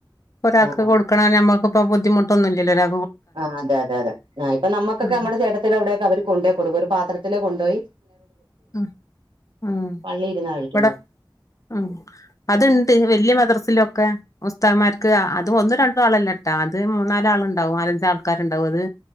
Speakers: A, on the left (about 40°); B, on the right (about 75°).
A: ഒരാക്ക്
B: ആഹ്
A: കൊടുക്കണം നമ്മുക്കിപ്പൊ ബു ഡിമുട്ടൊന്നുല്ലല്ലോ ഒരാ
B: ആ് അത അതെ അതെ ആ ഇപ്പൊ നമുക്കെ
A: ഉം
B: നമ്മ ചേട്ടത്തി അവിടെയൊക്കെ അവര് കൊണ്ടപോയി കൊടുക്കും ഒരു പാത്രത്തില കൊണ്ടുപോയി
A: ഉ ഉ
B: പള്ളി ഇരുന്നാ കഴിക്കുന്നെ
A: ഇവിടെ ഉ അത്ണ്ട് വലിയ മദ്രസിലൊക്കെ ഉസ്തകന്മാർക്ക് അതും ഒന്നും രണ്ടും ആളല്ല ട്ടാ അത് മൂന്നാലല് ആൾുണ്ടാവും നാലഞ്ച ആൾക്കാരുണ്ടാവും അത്